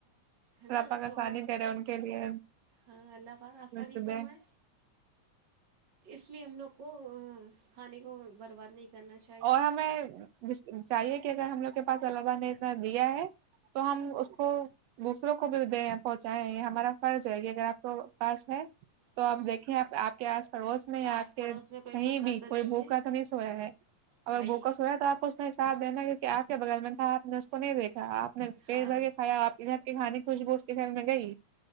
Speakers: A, on the right; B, on the right.
A: ہے نا
B: رپا کا
A: تو
B: سانی دے رہے ان کے لیے
A: ہاں اللہ پاک آسانی
B: صبح
A: فرمائے اس لیے ہم لوگ کو کھانے کو برباد نہیں کرنا چاہیے
B: اور ہمیں جس چاہیے کہ اگر ہم لوگ ا صلہ نے اتنا دیا ہے تو ہم اس کو دوسروں کو بھی دیں پہنچائائے یہ ہمارا فرض ہے یہ اگر آپ کے پاس ہے تو
A: ہوں
B: آپ دیکھیں آپ کے آس پڑوس میں یا
A: آس
B: آپ کے
A: پڑوس میں کوئی
B: کہیں
A: بھوکا
B: بھی
A: تو نہیں
B: کوئی بھوکا
A: ہے
B: تو نہیں سویا ہے اگر
A: وہی
B: بوکس ہو رہ ہے تو آپ کو اسنا حسابہنا ہے کیک آپ کے بغل میں تھا آپ نے اس کو نہیں دیکھا آپ پیٹ
A: ہاں
B: بھر کے کھیا آپ گھر کے کھانے خوشبوش کے گھر میں گئی